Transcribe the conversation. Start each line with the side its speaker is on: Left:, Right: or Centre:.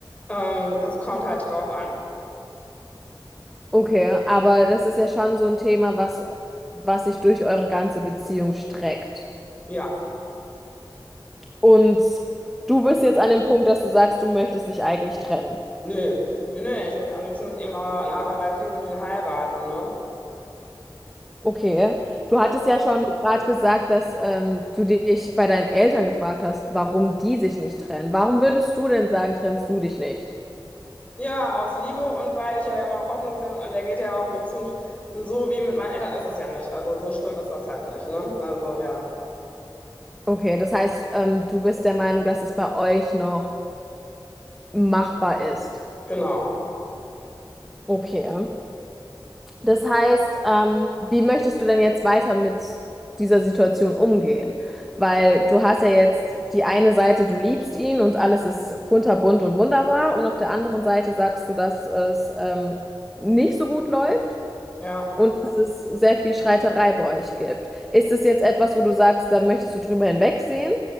Left: ähm, das kommt halt drauf an.
Centre: Okay, aber das ist ja schon so ein Thema, was, was sich durch eure ganze Beziehung streckt.
Left: Ja.
Centre: Und du bist jetzt an dem Punkt, dass du sagst, du möchtest dich eigentlich trennen.
Left: Nö, nö, nö, ich würde am liebsten mit ihm mal nachher Hawaii fliegen und ihn heiraten, ne?
Centre: Okay, du hattest ja schon gerade gesagt, dass ähm, du dich bei deinen Eltern gefragt hast, warum die sich nicht trennen. Warum würdest du denn sagen, trennst du dich nicht?
Left: Ja, aus Liebe und weil ich ja da immer noch Hoffnung sehe und, und der geht ja auf mich zu und, und so wie mit meinen Eltern ist es ja nicht. Also so schlimm ist das halt nicht, ne? Also ja,
Centre: Okay, das heißt, ähm, du bist der Meinung, dass es bei euch noch machbar ist.
Left: genau.
Centre: Okay. Das heißt, ähm, wie möchtest du denn jetzt weiter mit dieser Situation umgehen? Weil du hast ja jetzt die eine Seite, du liebst ihn und alles ist kunterbunt und wunderbar, und auf der anderen Seite sagst du, dass es ähm, nicht so gut läuft
Left: Ja.
Centre: und dass es sehr viel Streiterei bei euch gibt. Ist es jetzt etwas, wo du sagst, da möchtest du drüber hinwegsehen